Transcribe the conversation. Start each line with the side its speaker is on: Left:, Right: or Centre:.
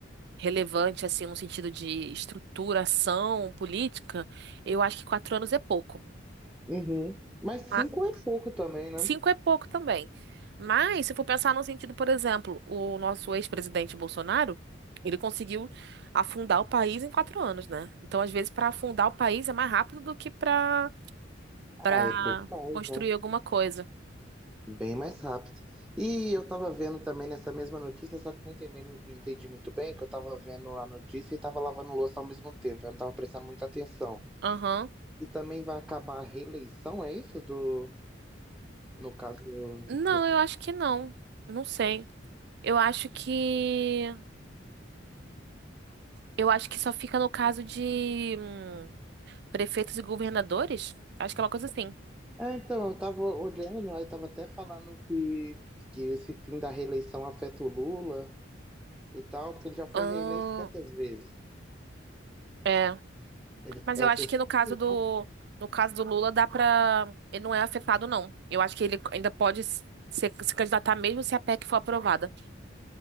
Right: relevante, assim, no sentido de estruturação política, eu acho que quatro anos é pouco.
Centre: Uhum. Mas cinco
Right: Ma-
Centre: é pouco também, né?
Right: Cinco é pouco também. Mas, se for pensar no sentido, por exemplo, o nosso ex-presidente Bolsonaro, ele conseguiu afundar o país em quatro anos, né? Então, às vezes, para afundar o país é mais rápido do que para
Centre: Ah,
Right: para
Centre: é bem mais,
Right: construir
Centre: né?
Right: alguma coisa.
Centre: Bem mais rápido. E eu tava vendo também nessa mesma notícia, só que eu não entendi, não entendi muito bem, que eu tava vendo a notícia e tava lavando louça ao mesmo tempo, eu não tava prestando muita atenção.
Right: Aham.
Centre: E também vai acabar a reeleição, é isso? Do, no caso
Right: Não,
Centre: dos
Right: eu acho que não. Não sei. Eu acho que. Eu acho que só fica no caso de. hum, Prefeitos e governadores? Acho que é uma coisa assim.
Centre: É, então, eu estava olhando, aí estava até falando que, que esse fim da reeleição afeta o Lula e tal, porque ele já foi
Right: Ahn,
Centre: reeleito quantas vezes?
Right: é.
Centre: Ele-
Right: Mas
Centre: é
Right: eu
Centre: a
Right: acho
Centre: terceira
Right: que no caso
Centre: vez,
Right: do,
Centre: né?
Right: no caso do Lula dá pra. Ele não é afetado, não. Eu acho que ele ainda pode se, se candidatar mesmo se a PEC for aprovada.